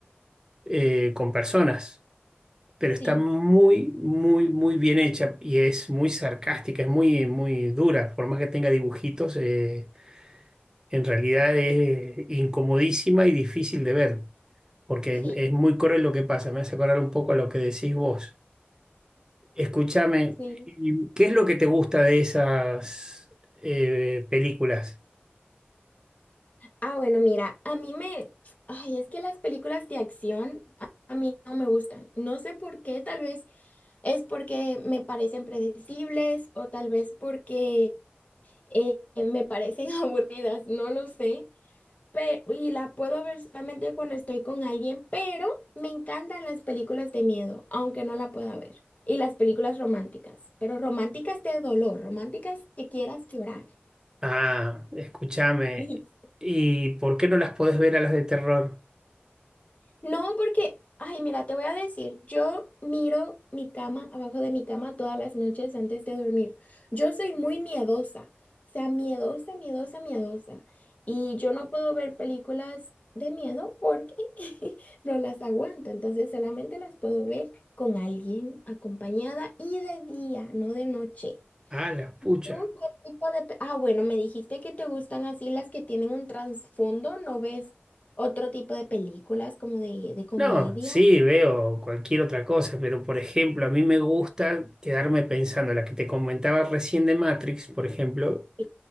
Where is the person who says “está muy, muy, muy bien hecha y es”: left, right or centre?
Right